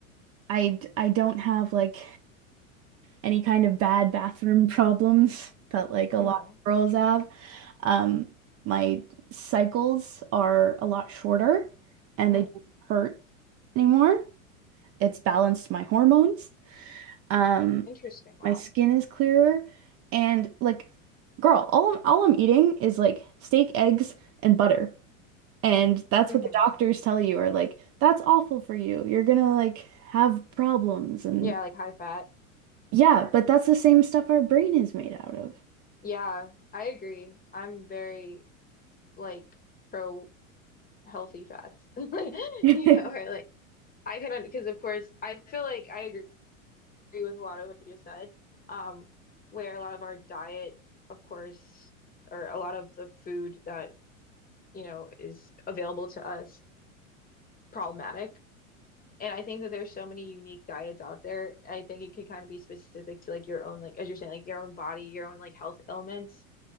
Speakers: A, on the right; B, on the left.
A: I I don't have like any kind of bad bathroom <laughs> problems that like a
B: hmm
A: lot of girls have. Um, my cycles are a lot shorter and
B: Mm.
A: they don't hurt anymore. It's balanced my hormones. Um,
B: Interesting. Wow.
A: my skin is clearer and like girl, all I'm, all I'm eating is like steak, eggs, and butter. And that's
B: hmm
A: what the doctors tell you are like, that's awful for you. You're gonna like have problems and
B: Yeah, like high fat.
A: yeah, but that's the same stuff our brain is made out of.
B: Yeah, I agree. I'm very like pro healthy fats. <laughs>
A: <laughs>
B: Yeah, or like I can because of course I feel like I agree with a lot of what you just said. Um, where a lot of our diet, of course, or a lot of the food that you know is available to us problematic. And I think that there's so many unique diets out there. I think it could kind of be specific to like your own, like as you're saying, like your own body, your own like health ailments.